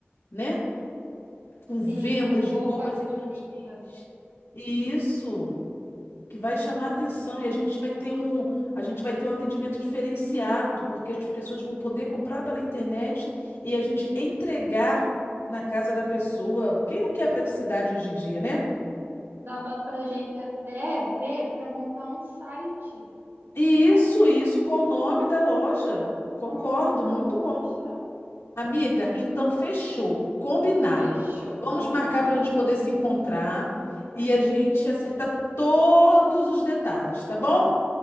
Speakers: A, on the left (about 85°); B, on the right (about 75°).
A: né? Com vendas
B: sim, com roupas
A: de roupas
B: bonitas.
A: infantis. Isso. que vai chamar atenção
B: Sim.
A: e a gente vai ter um, a gente vai ter um atendimento diferenciado, porque as pessoas vão poder comprar pela internet e a gente entregar na casa da pessoa. Quem não quer praticidade hoje em dia, né?
B: Dava pra gente até ver para montar um site,
A: E
B: né?
A: isso, isso, qual o nome da loja? Concordo,
B: Com o nome da
A: muito
B: loja.
A: bom. Amiga, então fechou, combinado.
B: Fechou,
A: Vamos
B: combinado.
A: marcar para a gente poder se encontrar e a gente acertar todos os detalhes, tá bom?